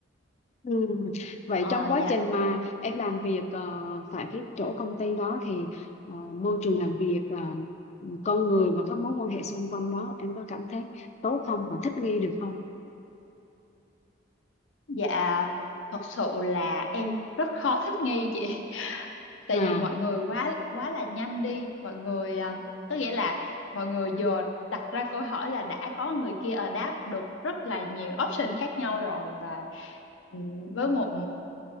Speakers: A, on the left; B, on the left.
A: Ừ. Vậy
B: Ờ
A: trong
B: dạ
A: quá trình mà em làm việc ờ, tại cái chỗ công ty đó thì ờ, môi trường làm việc là con người và các mối quan hệ xung quanh đó em có cảm thấy tốt không và thích nghi được không?
B: dạ thật sự là em rất khó thích nghi chị. tại
A: À,
B: vì mọi người quá quá là nhanh đi mọi người à, tức nghĩa là mọi người vừa đặt ra câu hỏi là đã có người kia ở đáp được rất là nhiều option khác nhau rồi và ừm, với một